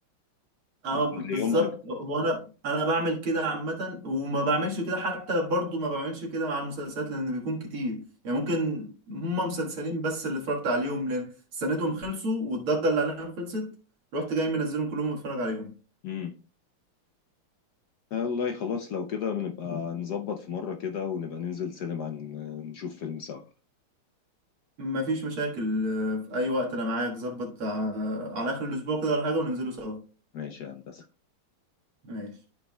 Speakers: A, on the right (about 75°); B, on the left (about 65°).
A: اه
B: اخد
A: ب-
B: لي
A: بالظبط
B: يوم اجل
A: هو انا انا بعمل كده عامه وما بعملش كده حتى برضو ما بعملش كده مع المسلسلات لان بيكون كتير يعني ممكن هما مسلسلين بس اللي اتفرجت عليهم لان استنيتهم خلصوا والضجه اللي عليهم خلصت رحت جاي منزلهم كلهم واتفرج عليهم
B: امم والله خلاص لو كده بنبقى نظبط في مرة كده ونبقى ننزل سينما ن- نشوف فيلم سوا
A: مفيش مشاكل آه، في اي وقت انا معاك ظبط آه، على اخر الاسبوع كده ولا حاجه وننزلوا سوا
B: ماشي يا هندسة
A: ماشي